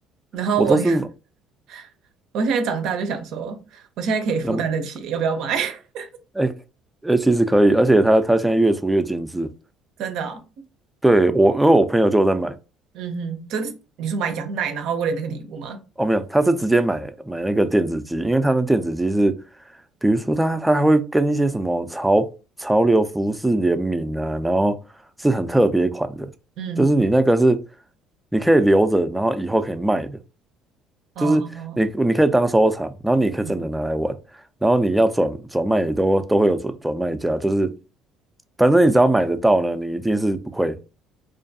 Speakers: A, on the right; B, in the centre.
A: 然后我
B: 我都是
A: <laughs> 我现在长大就想说，我现在可以负担得起，
B: 那么。
A: 要不要买？<laughs>
B: 哎、呃，其实可以，而且它它现在越出越精致。
A: 真的哦
B: 对，我，因为我朋友就有在买，
A: 嗯哼，真是你说买羊奶，然后为了那个礼物吗？
B: 哦，没有，他是直接买买那个电子机，因为他的电子机是，比如说他他还会跟一些什么潮潮流服饰联名啊，然后是很特别款的，
A: 嗯，
B: 就是你那个是你可以留着，然后以后可以卖的，
A: 哦，
B: 就是你你可以当收藏，然后你可以真的拿来玩，
A: 嗯，
B: 然后你要转转卖也都都会有转转卖家，就是反正你只要买得到呢，你一定是不亏。